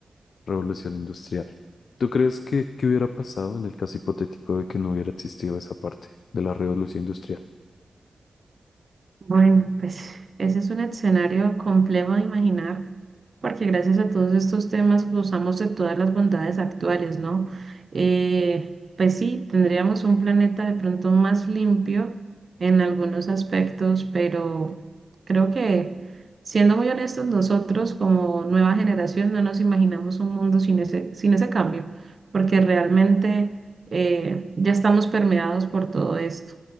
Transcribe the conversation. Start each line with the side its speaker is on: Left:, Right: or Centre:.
Left: revolución industrial. ¿Tú crees que qué hubiera pasado en el caso hipotético de que no hubiera existido esa parte de la revolución industrial?
Right: Bueno, pues ese es un escenario complejo de imaginar, porque gracias a todos estos temas gozamos de todas las bondades actuales, ¿no? Eh, pues sí, tendríamos un planeta de pronto más limpio en algunos aspectos, pero creo que siendo muy honestos, nosotros como nueva generación no nos imaginamos un mundo sin ese, sin ese cambio, porque realmente eh, ya estamos permeados por todo esto.